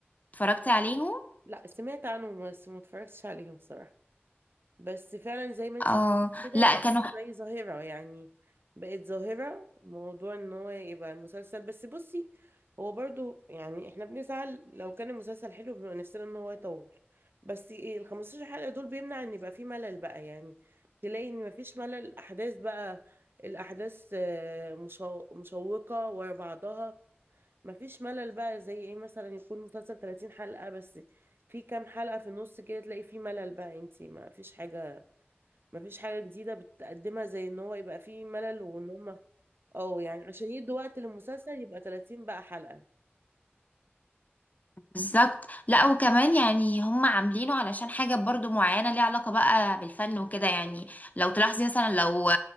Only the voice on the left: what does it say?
اتفرجتي عليهم
اه
لا
كانوا
بالظبط لا وكمان يعني هم عاملينه علشان حاجة برضو معينة ليها علاقة بقى بالفن وكده يعني لو تلاحظي مثلا لو